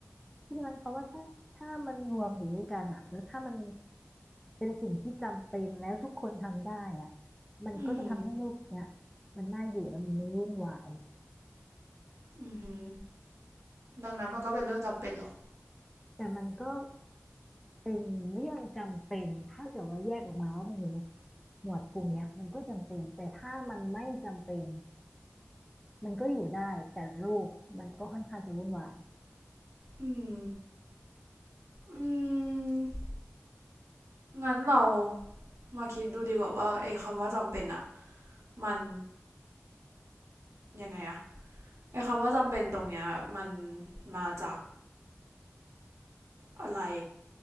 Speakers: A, in the centre; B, on the right (about 75°).
A: พังนั้นเขามว่าถ้าถ้ามันรวมอยู่ด้วยกันอะแล้วถ้ามันเป็นสิ่งที่จำเป็นแล้วทุกคนทำได้อะมันก็จะทำให้โลกเนี้ย
B: อืม
A: มันน่าอยู่และมันไม่วุ่นวาย
B: อือหือดังนั้นมันก็เป็นเรื่องจำเป็นเหรอ
A: แต่มันก็เป็นเรื่องจำเป็นถ้าเกิดว่าแยกออกมาว่ามันอยู่ในหมวดกลุ่มเนี้ยมันก็จำเป็นแต่ถ้ามันไม่จำเป็นมันก็อยู่ได้แต่โลกมันก็ค่อนข้างจะวุ่นวาย
B: อืมอืมงั้นเรามาคิดดูดีกว่าว่าไอ้คำว่าจำเป็นอะมันยังไงอะไอ้คำว่าจำเป็นตรงเนี้ยมันมาจาก อะไร